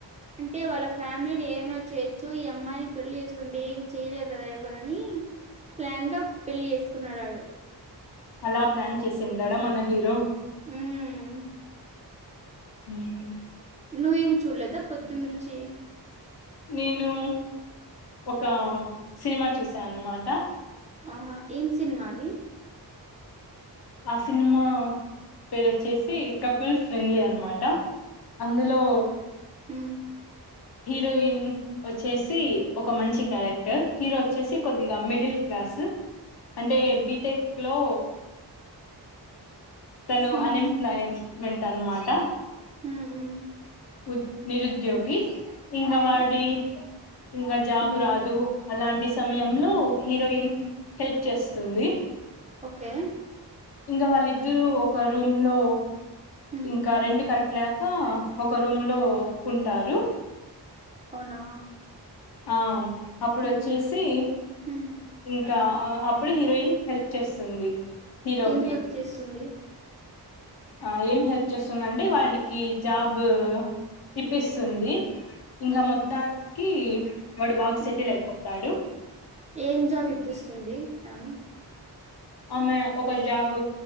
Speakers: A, on the right; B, on the left.
A: అంటే వాళ్ళ ఫ్యామిలీని ఏమన చేయొచ్చు ఈ అమ్మాయిని పెళ్లి చేసుకుంటే ఏం చేయ లేరు గదా ఎవరని ప్లాన్ గా పెళ్లి చేసుకున్నాడాడు
B: అలా ప్లాన్ చేసిండాడ మన హీరో
A: ఉమ్
B: ఉమ్
A: నువ్వేమి చూడలేదా పొద్దున్న నుంచి
B: నేను ఒక సినిమా చూసా అనమాట
A: ఆహా ఏం సినిమాది
B: ఆ సినిమా పేరొచ్చేసి కపుల్ ఫ్రెండ్లీ అనమాట అందులో
A: ఉమ్
B: హీరోయిన్ వచ్చేసి ఒక మంచి క్యారెక్టర్ హీరో వచ్చేసి కొద్దిగా మిడిల్ క్లాస్ సు అంటే బీటెక్ లో తను
A: ఉమ్
B: అన్ఎంప్లాయమెంట్ అనమాట
A: ఊహు
B: ఉద్ నిరుద్యోగి ఇంకా
A: ఆహా
B: వాడి ఇంగ జాబు
A: ఉమ్
B: రాదు అలాంటి సమయంలో హీరోయిన్ హెల్ప్ చేస్తుంది
A: ఓకే
B: ఇంగ వాళ్ళిద్దురు ఒక రూమ్ లో
A: ఉమ్
B: ఇంకా రెండు కట్టలా కా ఒక రూమ్ లో ఉంటారు
A: అవునా
B: ఆ అప్పుడు
A: ఉమ్
B: వచ్చేసి
A: ఉమ్
B: ఇంకా అప్పుడు ఆ హీరోయిన్ హెల్ప్ చేస్తుంది హీరోకి
A: ఏం హెల్ప్ చేస్తుంది
B: ఆ ఏం హెల్ప్ చేస్తదంటే వాడికి జాబు ఇప్పిస్తుంది
A: ఉమ్
B: ఇంగ
A: ఉమ్
B: మొత్తానికి వాడు బాగా
A: ఉమ్
B: సెటిల్ అయిపో తాడు
A: ఏం జాబ్ ఇప్పిస్తుంది తను
B: ఆమె ఒక జాబ్